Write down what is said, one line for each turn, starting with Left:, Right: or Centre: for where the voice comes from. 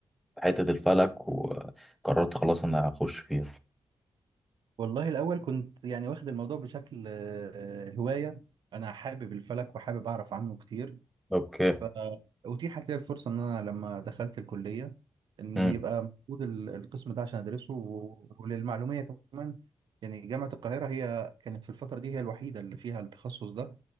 Centre: في حتة الفلك وقررت خلاص انا هخش فيها
Right: والله الأول كنت يعني واخد الموضوع بشكل آه، هواية أنا حابب الفلك وحابب أعرف عنه كتير
Centre: اوكي
Right: فأتيحت لي الفرصة إن أنا لما دخلت الكلية إن
Centre: امم
Right: يبقى موجود ال- القسم ده عشان أدرسه و- وللمعلومية كمان يعني جامعة القاهرة هي كانت في الفترة دي هي الوحيدة اللي فيها التخصص ده